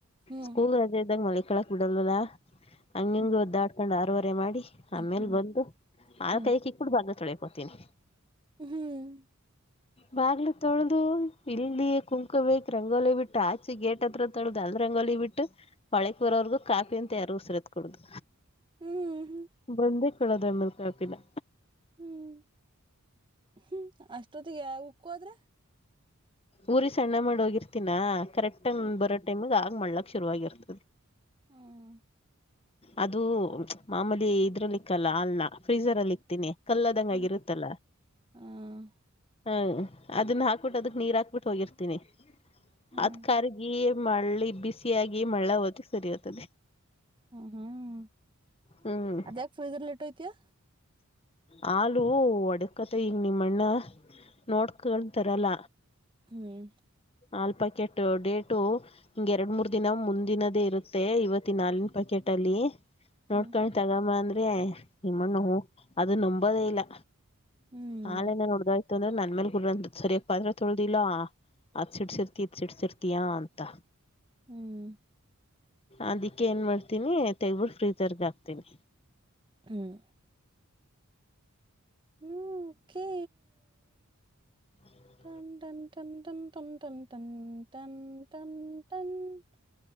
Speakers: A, on the right; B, on the left.
A: ಹ್ಮ್
B: ಸ್ಕೂಲ್ ರಜೆ ಇದ್ದಂಗ ಮಲಕೋಳಾಕ್ ಬಿಡಲ್ವಲ್ಲ ಹಂಗ
A: ಹ್ಮ್
B: ಹಿಂಗ ಒದ್ದಾಡ್ಕೊಂಡ್ ಆರವರೆ ಮಾಡಿ ಆಮೇಲ್
A: ಹ್ಮ್
B: ಬಂದು ಹಾಲ
A: ಹ್ಮ್
B: ಕಾಯ ಕಿ ಕುಡ್ ಭಾಗ ತಳಿಕೋತೀನಿ
A: ಹ್ಮ್
B: ಬಾಗ್ಲು ತೊಳೆದು ಇಲ್ಲಿಯೇ ಕುಂಕೋ ಬೇಕ್ ರಂಗೋಲಿ ಬಿಟ್ಟು ಆಚೆ ಗೇಟ್ ಹತ್ರದ <unintelligible> ರಂಗೋಲಿ ಬಿಟ್ಟು ಹೊಳೆಕ್ ಬರೋವರ್ಗೂ ಕಾಫಿ ಅಂತ ಯಾರು ಉಸರ ತ್ ಕೊಡುದು
A: ಹ್ಮ್ ಹ್ಮ
B: ಬಂದೇ ಕಳೋದ್ ಆಮೇಲೆ ಕಾಪಿನಾ
A: ಹ್ಮ್ ಹ್ಮ್ ಅಷ್ಟೊತ್ತಿಗೆ ಉಕ್ಕು ಹೋದ್ರೆ
B: ಊರಿ ಸಣ್ಣ ಮಾಡ ಹೋಗಿರ್ತೀನ ಕರೆಕ್ಟ್ ಟೈಮ್
A: ಹ್ಮ್
B: ಬರೋ ಟೈಮಗ್ ಆಗ ಮಾಡ್ಲಕ್ ಶುರು ಆಗರ್ತದೆ
A: ಹ್ಮ
B: ಅದು ಮಾಮೂಲಿ ಇದ್ರಲ್ಲಿ ಇಕ್ಕಲ್ಲ ಅಲ್ನ ಫ್ರೀಸರ್ ಅಲ್ಲಿ ಇಕ್ತೀನಿ ಕಲ್ಲ ಆದಂಗ
A: ಹ್ಮ್
B: ಆಗಿರತ್ತಲ್ಲ
A: ಹ್ಮ್
B: ಹಾ ಅದನ್ನ ಹಾಕ್ಬಿಟ್ಟು ಅದಕ್ ನೀರ್ ಹಾಕ್ಬಿಟ್ಟು ಹೋಗಿರ್ತೀನಿ
A: ಹ್ಮ್
B: ಅದ್ ಕರ್ಗಿ ಮಳ್ಳಿ ಬಿಸಿಯಾಗಿ ಮಳ್ಳ ಹತ ಸರಿಯ್ತದೆ
A: ಹ್ಮ್ ಹ್ಮ್
B: ಹ್ಮ್
A: ಅದ್ಯಾಕ ಫ್ರೀಜ್ರರ ಲೇ ಇಟ್ ಹೊತಿಯಾ
B: ಹಾಲು ಒಡಕತ ಹಿಗ ನಿಮ್ಮಣ್ಣ ನೋಡ್ಕೊಂಡ ತರಲ್ಲ
A: ಹ್ಮ್
B: ಹಾಲ್ ಪಾಕೆಟ್ಟು ಡೇಟು ಹಿಂಗ ಎರಡ್ ಮೂರ್ ದಿನ ಮುಂದಿನದೇ ಇರುತ್ತೆ ಇವತ್ತ ಹಾಲಿನ್ ಪ್ಯಾಕೆಟ್ ಅಲ್ಲಿ
A: ಹ್ಮ್
B: ನೋಡ್ಕೊಂಡಿ ತಗಮ್ಮಬಾ ಅಂದ್ರೆ ನಿಮ್ಮನ್ನು ಅದು ನಂಬೋದೇ ಇಲ್ಲ
A: ಹ್ಮ್
B: ಹಾಲೆಮರೆ ಒಡೆದು ಹೋಯ್ತು ಅಂದ್ರೆ ನನ್ ಮೇಲ್ ಗುರ್ ಅಂತ ಸರಿಯಾಗಿ ಪಾತ್ರೆ ತೊಳ್ದಿಲ್ಲಾ ಅದ ಸಿಡ್ಸಿರ್ತಿ ಇದ ಸಿಡ್ಸಿರ್ತಯಾ ಅಂತ
A: ಹ್ಮ್
B: ಅದಿಕ್ಕೆ ಏನ್ ಮಾಡ್ತೀನಿ ತೆಗಬಿಟ್ಟ ಫ್ರೀಜರ್ ಗೆ ಹಾಕ್ತೀನಿ
A: ಹ್ಮ್ ಯು ಕೆ
B: ಹ್ಮ್ <inaudible>
A: ತ ದಮ ತ ತಂ ತ ತಮ ತ ತಂ ತಂ ತನ್ <unintelligible>